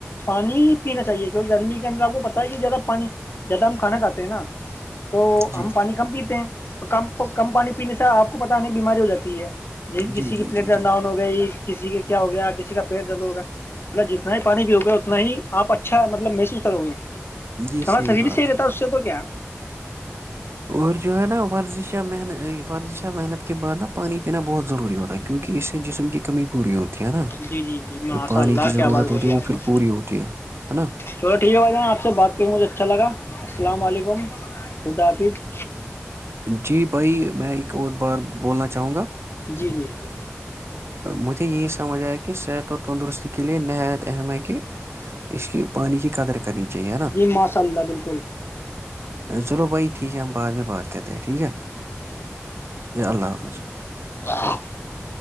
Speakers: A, on the left; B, on the right.
A: اور پین چاہیے کی گرمی کے اندرپ کو پتا کہ زیادہ پانی زیادہ ہم کھانا کھے ہیں نا تو
B: جی
A: ہم پانی کم پیتے ہیں کم کم پانی پینے سے آپ کو پت نہیں بیماری ہو جاتی ہے یہ
B: جی
A: کسی
B: جی
A: کی پلیٹ
B: جی
A: گنااؤن
B: جی
A: ہو گئی کسی کے کیا ہو گیا کسی کا پیٹ درد ہوگا مطلب جتنا ہی پانی بھی ہوگا اتنا ہی آپ اچھا مطلب محسوس کرو گے
B: جی
A: ہمارا تھری بھی
B: بات
A: صحیح رہتا اس سے تو کیا؟
B: اور جو ہے نا ورزش محنت ورزش محنت کے بعد نا پانی پینا بہت ضروری ہوتا ہے کیونکہ اس سے جسم کی کمی پوری ہوتی ہے نا
A: جی جی جی جی میں
B: جو
A: آشا
B: پانی
A: اللہ
B: کی ضرورت
A: کیا آواز
B: ہوتی
A: بولی
B: ہے وہ
A: آپ
B: پھر
A: نے
B: پوری ہوتی ہے ہے نا
A: چو ٹھیک ہے جانا آپ سے بات کر مجھے اچھا لگا السلام علیکم خدافظ
B: جی بھائی میں ایک کو بار بولنا چاہوں گا
A: جی جی
B: مجھے یہی سمجھ آیا کہ صحت اور تندرستی کے لیے نہایت اہم ہے کہ اس کی پانی کی قدر کرنی چاہے نا
A: جی ماشاء اللہ بالکل
B: چلو بھائی ٹھیک ہے ہم بعد میں بات کرتے ہیں ٹھیک ہے اللہ حافظ
A: <inaudible>